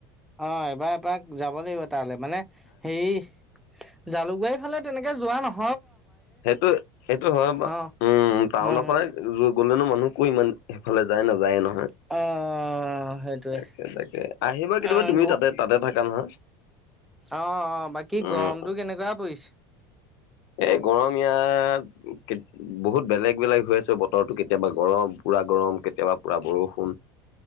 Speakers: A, in the centre; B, on the left (about 70°).
A: অ', এবাৰ এপাক যাব লাগিব তালে। মানে হেৰি জালুকবাৰী ফালে তেনেকে যোৱা নহ
B: সেইটো, সেইটো হয়, বাৰু
A: অ
B: উম। টাউনৰ
A: উ
B: ফালে গ'লেনো মানুহ ক'ৰ ইমান সেইফালে যায়, নাযায় ন।
A: অ'। সেইটোৱে
B: তাকে তাকে, আহিবা কেতিয়াবা
A: অ
B: তুমি
A: গ
B: তাতে তাতে থাকা নহয়।
A: অ অ বাকী
B: উম
A: গৰমটো কেনেকুৱা পৰিছে?
B: এই গৰম ইয়াত বহুত বেলেগ বেলেগ হৈ আছে বতৰটো কেতিয়াবা গৰম পুৰা গৰম কেতিয়াবা পুৰা বৰষুণ।